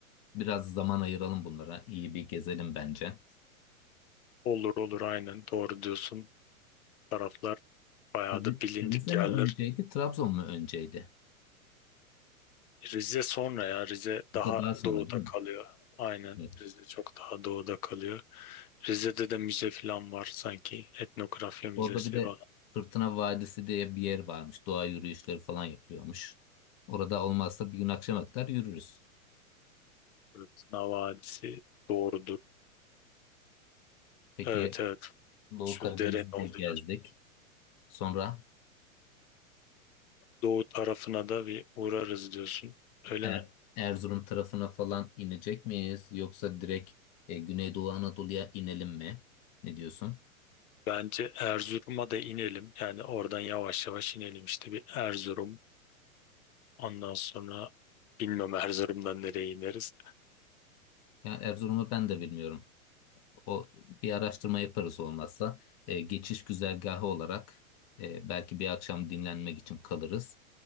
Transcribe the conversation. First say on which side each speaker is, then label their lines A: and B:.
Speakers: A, on the left (about 25°); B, on the left (about 80°).
A: biraz zaman ayıralım bunlara. İyi bir gezelim bence.
B: Olur olur aynen doğru diyorsun. Taraflar bayağı
A: Ri-
B: da bilindik
A: Rize
B: yerler.
A: mi önceydi, Trabzon mu önceydi?
B: Rize sonra ya Rize daha
A: Rize daha sonra
B: doğuda
A: değil mi?
B: kalıyor. Aynen
A: Evet.
B: Rize çok daha doğuda kalıyor. Rize'de de müze falan var sanki. Etnografya müzesi
A: Orada bir de
B: var.
A: Fırtına Vadisi diye bir yer varmış. Doğa yürüyüşleri falan yapılıyormuş. Orada olmazsa bir gün akşama kadar yürürüz.
B: Fırtına Vadisi doğrudur.
A: Peki
B: Evet evet
A: Doğu
B: şu
A: Karadeniz'i
B: derenin olduğu
A: de gezdik.
B: yer.
A: Sonra
B: Doğu tarafına da bir uğrarız diyorsun. Öyle
A: Er-
B: mi?
A: Erzurum tarafına falan inecek miyiz? Yoksa direkt e, Güneydoğu Anadolu'ya inelim mi? Ne diyorsun?
B: Bence Erzurum'a da inelim. Yani oradan yavaş yavaş inelim işte bir Erzurum, Ondan sonra bilmem Erzurum'dan nereye ineriz.
A: Ya Erzurum'u ben de bilmiyorum. O bir araştırma yaparız olmazsa. E, geçiş güzergahı olarak e, belki bir akşam dinlenmek için kalırız.